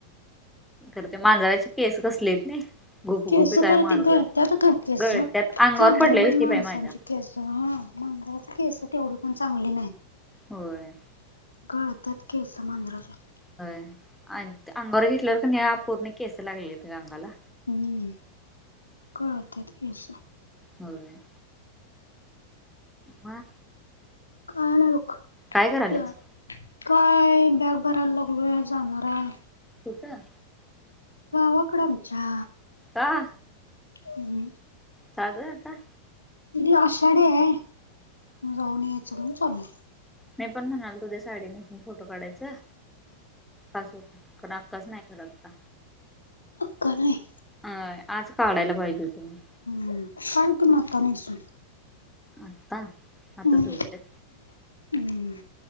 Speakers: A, in the centre; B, on the left.
A: खरं ते मांजराचे केसच लय आहेत नाही. गुपगुपीत
B: केसं
A: आहे
B: खरं
A: मांजर.
B: ते गळत्यात गं केसं,
A: गळत्यात अंगावर
B: चांगलं
A: पडलेली
B: नाई
A: ती
B: माणसांची
A: बाई माझ्या
B: केस मांजराचे केस तेवढे पण चांगली नाहीत.
A: होय.
B: गळत्यात केसं मांजराची
A: होय,, आणि अंगावर घेतल्यावर का नाही पूर्ण केस लागलेलीत अंगाला
B: हम्म, गळत्यात केसं.
A: होय. काय
B: काय नाही बघ,
A: काय करायल्यास?
B: काय बॅग भरायला लागलोय, जाणार हाय.
A: कुठं?
B: गावाकडं आमच्या.
A: का?
B: हं.
A: साध आता.
B: उद्या आषाढी आहे, म जाऊन यायच म्हणून चालूय.
A: नाही पण म्हणालतो उद्या साडी निसुन फोटो काढायचं,, खास होतो आक्काच नाही करत आता.
B: अक्का नाही.
A: अ आज काढायला पाहिजे तुम्ही.
B: हम्म, काढ की मग आत्ता नेसून.
A: आत्ता, आता
B: हम्म
A: झोपलेत.
B: हम्म